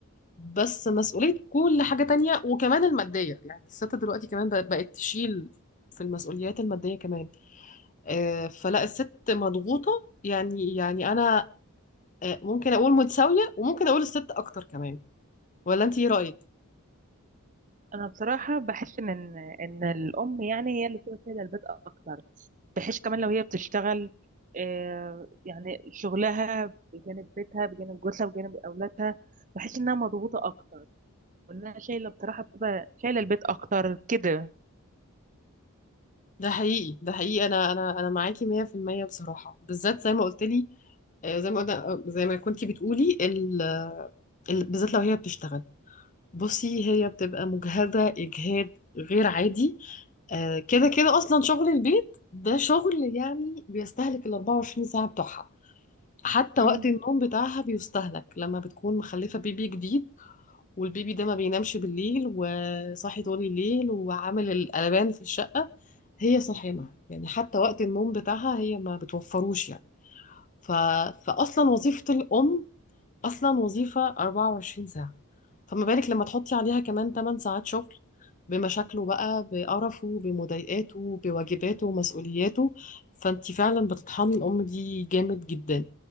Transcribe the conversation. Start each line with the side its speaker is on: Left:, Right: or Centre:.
Left: بس مسؤولية كل حاجة تانية وكمان المادية يعني الست دلوقتي كمان بق- بقت تشيل في المسؤوليات المادية كمان آه، فلا الست مضغوطة يعني يعني أنا آه، ممكن أقول متساوية وممكن أقول الست أكتر كمان ولا أنت إيه رأيك؟
Right: انا بصراحه بحس ان ان إن الام يعني هي اللي بتبقى شايله البيت اكتر بحيث كمان لو هي بتشتغل آه، يعني شغلها بجانب بيتها بجانب جوزها بجانب اولادها بحس انها مضغوطه اكتر وانها شايله بصراحه بتبقى شايله البيت اكتر كده
Left: ده حقيقي ده حقيقي أنا أنا أنا معاكي 100% بصراحة بالذات زي ما قلت لي آه، زي ما قلنا آه، زي ما كنتي بتقولي ال- ال- بالذات لو هي بتشتغل بصي هي بتبقى مجهدة إجهاد غير عادي آه، كده كده اصلا شغل البيت ده شغل يعني بيستهلك ال 24 ساعة بتوعها حتى
Right: امم
Left: وقت النوم بتاعها بيستهلك لما بتكون مخلفة بيبي جديد والبيبي ده ما بينامش بالليل وصاحي طول الليل وعامل القلبان في الشقة هي صاحمة يعني حتى وقت النوم بتاعها هي ما بتوفروش يعني ف... فأصلا وظيفة الأم أصلا وظيفة 24 ساعة فما بالك لما تحطي عليها كمان 8 ساعات شغل بمشاكله بقى بقرفه بمضايقاته بواجباته ومسؤولياته فانت فعلا بتطحني الأم دي جامد جدا